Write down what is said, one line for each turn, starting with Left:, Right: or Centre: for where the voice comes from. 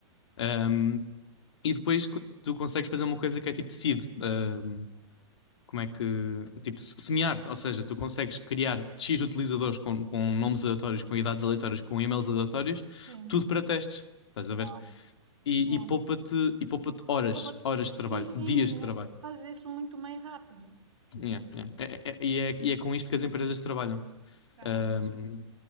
Left: ahm, e depois co- tu consegues fazer uma coisa que é tipo seed. ahm, como é que. Tipo, se- semear. Ou seja, tu consegues criar X utilizadores com, com nomes aleatórios, com idades aleatórias, com e-mails aleatórios,
Right: Sim,
Left: tudo para testes. Estás a ver?
Right: uau,
Left: E,
Right: uau.
Left: e poupa-te e poupa-te horas,
Right: Pô, pô,
Left: horas de trabalho,
Right: Sim, sim,
Left: dias de trabalho.
Right: faz isso muito mais rápido.
Left: Yeah, yeah. É- é- é- e, é, e é com isto que as empresas trabalham.
Right: Caramba.
Left: Um,